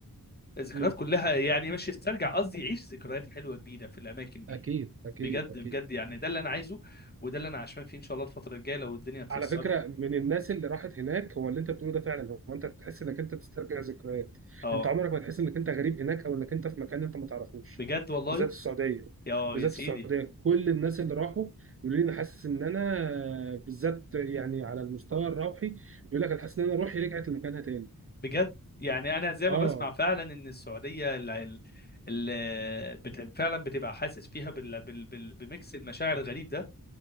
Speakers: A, on the left; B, on the right.
A: الذكريات
B: مم.
A: كلها يعني مش يسترجع قصدي يعيش ذكريات حلوه جديده في الاماكن دي
B: اكيد اكيد
A: بجد
B: اكيد
A: بجد يعني ده اللي انا عايزه وده اللي انا عشمان فيه ان شاء الله الفتره الجايه لو الدنيا اتيسرت
B: على فكرة من الناس اللي راحت هناك هو اللي انت بتقوله ده فعلا هو انت تحس انك انت بتسترجع ذكريات
A: اه
B: انت عمرك ما تحس انك انت غريب هناك او انك انت في مكان انت ما تعرفوش
A: بجد والله
B: بالذات في السعودية
A: يا
B: بالذات
A: يا سيدي
B: في السعودية كل الناس اللي راحوا يقولوا لي انا حاسس ان انا بالذات يعني على المستوى الروحي يقول لك انا حاسس ان انا روحي رجعت لمكانها تاني
A: بجد يعني انا زي
B: اه
A: ما بسمع فعلا ان السعوديه ال... ال... ال... بت... فعلا بتبقى حاسس فيها بال... بال... بال... بميكس المشاعر الغريب ده